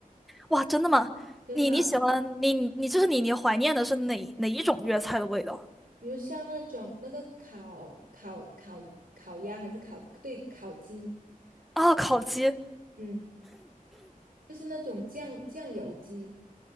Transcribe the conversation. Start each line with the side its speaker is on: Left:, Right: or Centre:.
Centre: 哇，真的吗？
Right: 真的。
Centre: 你你喜欢你你就是你你怀念的是哪哪一种粤菜的味道
Right: 比如像那种那个烤烤烤烤鸭还是烤，对，烤鸡，
Centre: 啊？烤鸡
Right: 嗯，就是那种酱酱油鸡，